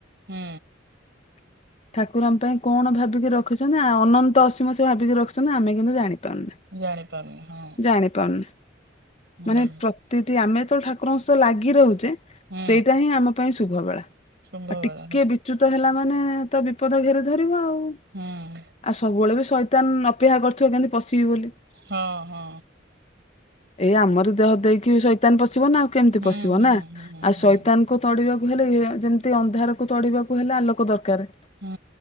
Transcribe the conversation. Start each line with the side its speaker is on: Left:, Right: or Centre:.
Right: ହୁଁ।
Left: <inaudible> ଠାକୁର ଆମ ପାଇଁ କଣ ଭାବିକି ରଖୁଛନ୍ତି ଅନନ୍ତ ଅସୀମ ସେ ଭାବିକି ରଖୁଛନ୍ତି ଆମେ କିନ୍ତୁ ଜାଣି ପରୁନେ
Right: ଜାଣିପାରୁନି ହଁ
Left: ଜାଣିପାରୁନେ।
Right: ହୁଁ
Left: ମାନେ ପ୍ରତିଟି ଆମେତ ଠାକୁରଙ୍କ ସହ ଲାଗି ରହୁଛେ
Right: ହୁଁ
Left: ସେଇଟା ହିଁ ଆମ ପାଇଁ ଶୁଭ ବେଳା
Right: ଶୁମ୍ଭ
Left: ଆଉ
Right: ବେଳା
Left: ଟିକେ ବିଚ୍ୟୁତ ହେଲା ମାନେ ତ ବିପଦ ଘେରି ଧରିବ ଆଉ।
Right: ହୁଁ।
Left: ଆଉ ସବୁବେଳେ ବି ଶଇତାନ ଅପେକ୍ଷା କରିଥିବ କେମିତି ପଶିବି ବୋଲି।
Right: ହଁ ହଁ।
Left: ଏଇ ଆମରି ଦେହ ଦେଇକି ଶୈତାନ ପଶିବ ନା ଆଉ କେମିତି
Right: ହୁଁ
Left: ପଶିବ
Right: ହୁଁ
Left: ନା
Right: ହୁଁ
Left: ଆଉ
Right: ହୁଁ
Left: ଶୈତାନ କୁ ତଡିବାକୁ ହେଲେ ଇଏ ଯେମିତି ଅନ୍ଧାରକୁ ତଡିବାକୁ ହେଲେ ଆଲୋକ ଦରକାର।
Right: ହୁଁ।